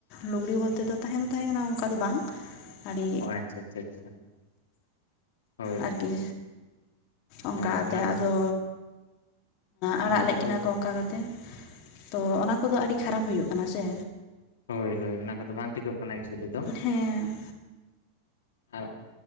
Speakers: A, on the left (about 40°); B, on the left (about 60°).
A: ᱞᱩᱜᱽᱲᱤ ᱵᱚᱞᱛᱮ ᱫᱚ ᱛᱟᱦᱮᱸᱱ ᱠᱟᱱᱛᱟᱭᱟ ᱚᱱᱠᱟ ᱫᱚ ᱵᱟᱝ ᱟᱹᱰᱤ
B: ᱚ ᱟᱪᱪᱷᱟ ᱟᱪᱪᱷᱟ ᱟᱪᱪᱷᱟ ᱦᱳᱭ
A: ᱟᱨ
B: ᱦᱳᱭ
A: ᱠᱤ ᱚᱱᱠᱟ
B: ᱦᱮᱸ
A: ᱠᱟᱛᱮ
B: ᱚᱱᱟ ᱠᱚᱫᱚ
A: ᱟᱫᱚ ᱟᱲᱟᱜ
B: ᱚᱱᱟ
A: ᱞᱮᱫ
B: ᱠᱚᱫᱚ
A: ᱠᱤᱱᱟᱹ ᱠᱚ ᱚᱱᱠᱟ ᱠᱟᱛᱮᱜ ᱛᱚ ᱚᱱᱟ ᱠᱚᱫᱚ ᱟᱹᱰᱤ ᱠᱷᱟᱨᱟᱯ ᱦᱩᱭᱩᱜ ᱠᱟᱱᱟ ᱥᱮ
B: ᱦᱳᱭ ᱦᱳᱭ ᱚᱱᱟ ᱠᱚᱫᱚ ᱵᱟᱝ ᱴᱷᱤᱠᱚᱜ ᱠᱟᱱᱟ ᱮᱠᱪᱩᱭᱮᱞᱤ ᱫᱚ
A: ᱦᱮᱸ
B: ᱟᱨ